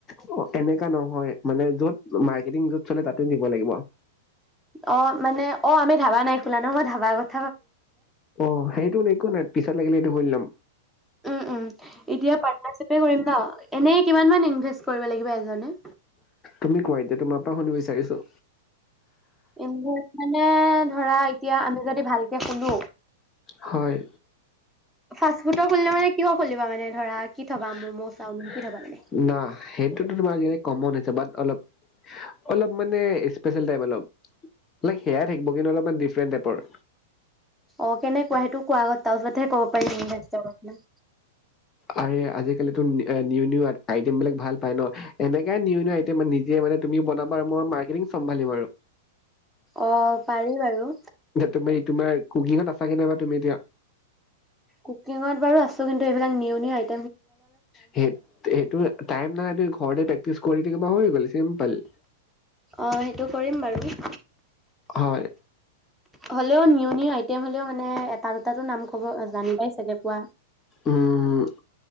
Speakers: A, on the left; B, in the centre.
A: অ এনেকা নহয় মানে য'ত মাৰ্কেটিং যত চলে তাতে দিব লাগিব
B: অ মানে অ আমি ধাবা নাই খোলা ন মই ধাবা আগত
A: অ সেইটো ন এক নাই পিছত লাগিলে এইটো শুৰি ল'ম
B: উম উম এতিয়া পাৰ্টনাৰশ্বিপে কৰিম দ এনেই কিমানমান ইনভেষ্ট কৰিব লাগিব এজনে
A: তুমি কোৱা এতিয়া তোমাৰ পৰা শুনিব বিচাৰিছো
B: ইনভেষ্ট মানে ধৰা এতিয়া আমি যদি ভালকে খোলো
A: হয়
B: ফাষ্ট ফুডৰ খুলিলে মানে কিহৰ খুলিবা মানে ধৰা কি থবা
A: ন
B: ম'ম' চাওমিন কি থবা মানে?
A: সেইটোতো তোমাৰ যেনে কমন হৈছে বাট অলপ অলপ মানে স্পেচিয়েল টাইপ অলপ ল সেয়াই থাকিব কিন্তু অলপমান ফ্ৰেণ্ডেপৰ
B: অ কেনেকুৱা সেইটো কোৱা আগত তাৰ পিছতহে কব পাৰিম <inaudible>
A: আ আজিকালি নিও নিও আইটেম বিলাক ভাল পায় ন এনেকাই নিউ নিও আইটেম, নিজে মানে তুমি বনাবা মই মাৰ্কেটিং চম্ভালিম আৰু
B: অ পাৰিম বাৰু
A: তুমি তোমাৰ কুকিঙত আছাগে নাইবা তুমি এতিয়া
B: কুকিঙত বাৰু আছো কিন্তু এইবিলাক নিয়ম আ
A: সেই সেইটো টাইম নাই ত ঘৰতে প্ৰেকটিচ কৰি থাকিম হৈ গ'ল চিম্পল
B: অ সেইটো কৰিম বাৰু
A: হয়
B: হ'লেও নিউ নিউ আইটেম হলেও মানে তাৰ দুটাতো নাম ক'ব জানি পাই চাগে কোৱা
A: উম